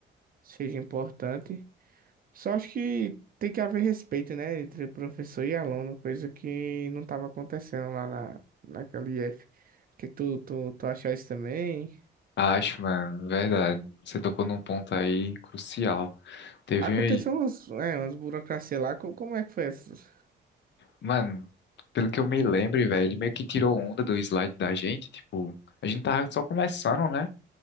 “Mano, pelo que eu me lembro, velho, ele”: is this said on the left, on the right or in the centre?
Left